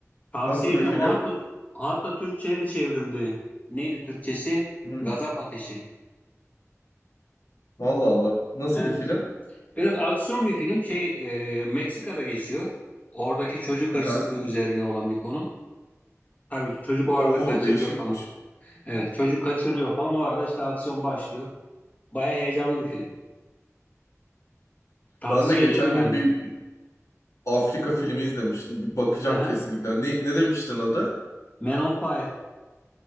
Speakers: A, on the left (about 30°); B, on the left (about 75°).
A: tavsiye
B: Nasıl
A: ederim.
B: bir film?
A: O hatta hatta Türkçe'ye de çevrildi. Neydi Türkçesi?
B: Hmm.
A: Gazap Ateşi.
B: Allah Allah. Nasıl
A: Evet.
B: bir film?
A: Biraz aksiyon bir film. Şey, e, Meksika'da geçiyor. Oradaki çocuk
B: Aha.
A: hırsızlığı üzerine olan bir konu. Tabii çocuk o arada
B: Oo
A: kaçırılıyor
B: değişikmiş.
A: falan. Evet, çocuk kaçırılıyor falan. O arada işte aksiyon başlıyor. Baya heyecanlı bir film. Tavsiye
B: Ben de geçen
A: ederim yani.
B: gün bir Afrika filmi izlemiştim. Bir bakacağım
A: Aha.
B: kesinlikle. Ne, ne demiştin adı?
A: Man on Fire.